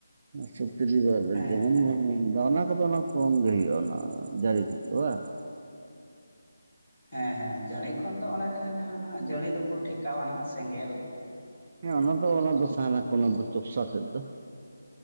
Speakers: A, on the right; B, on the left.
A: ᱥᱚᱛᱛᱤᱨᱤ <unintelligible>
B: ᱦᱮᱸ ᱦᱮᱸ
A: ᱚᱱᱟ ᱠᱷᱚᱱ ᱜᱮ ᱦᱩᱭᱩᱜᱼᱟ, ᱚᱱᱟ ᱡᱟᱹᱨᱤ ᱠᱚ ᱫᱚ ᱵᱟᱝ?
B: ᱦᱮᱸ ᱦᱮᱸ ᱡᱟᱹᱲᱤ ᱠᱷᱚᱱ ᱫᱚ ᱚᱱᱮ ᱡᱟᱦᱟᱸ ᱡᱟᱦᱟᱸ ᱱᱟᱜ ᱡᱟᱹᱲᱤ ᱫᱚᱠᱚ ᱴᱷᱮᱠᱟᱣᱟ ᱱᱟᱦᱟᱜ ᱥᱮᱸᱜᱮᱞ᱾
A: ᱦᱮᱸ ᱚᱱᱟ ᱫᱚ ᱚᱱᱟ ᱫᱚ ᱥᱟᱦᱟᱱᱟ ᱠᱚ ᱚᱱᱟ ᱫᱚ ᱪᱚᱯᱥᱟ ᱠᱚᱜ ᱫᱚ᱾